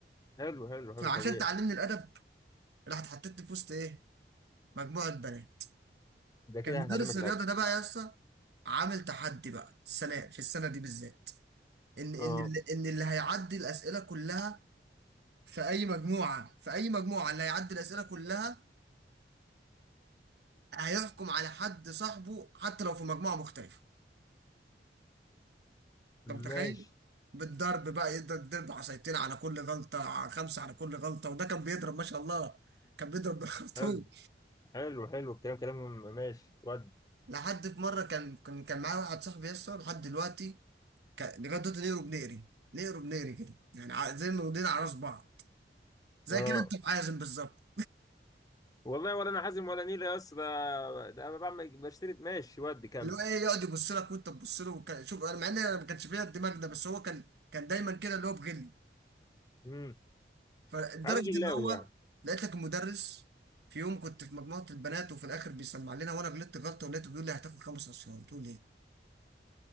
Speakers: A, on the left (about 20°); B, on the right (about 70°).
A: حلو حلو
B: فعشان
A: حلو طبيعي
B: تعلمني الادب راح اتحطيت في وسط ايه مجموعه بنات
A: ده كده
B: كان مدرس
A: هتعلمك
B: الرياضه
A: الأدب
B: ده بقى يا اسطى عامل تحدي بقى السنه في السنه دي بالذات ان ان
A: اه
B: اللي ان اللي هيعدي الاسئله كلها في اي مجموعه في اي مجموعه اللي هيعدي الاسئله كلها هيحكم على حد صاحبه حتى لو في مجموعه مختلفه انت متخيل
A: ماشي
B: بالضرب بقى يقدر يضرب عصايتين على كل غلطه على خمسه على كل غلطه وده كان بيضرب ما شاء الله كان بيضرب <laughs> بالخرطوم
A: حلو حلو حلو الكلام كلام ماشي ود
B: لحد في مره كان كان كان معايا واحد صاحبي يسطا لحد دلوقتي ك- لغايه دلوقتي نقره بنقري نقره بنقري كده يعني ع- زي ما ودينا على راس بعض زي
A: اه
B: كده انت معازم بالظبط
A: والله ولا انا حازم ولا نيلة يا اسطى ده ده انا بعمل بشتري ماشي ود كمل
B: اللي هو ايه يقعد يبص لك وانت تبص له وك- شوف انا مع ان انا ما كانش فيا الدماغ ده بس هو كان كان دايما كده اللي هو بغل
A: امم
B: فلدرجه
A: عاد غلاوي
B: ان هو
A: يعني
B: لقيت لك المدرس في يوم كنت في مجموعه البنات وفي الاخر بيسمع لنا وانا غلطت غلطه ولقيته بيقول لي هتاخد خمس اصفار قلت له ليه؟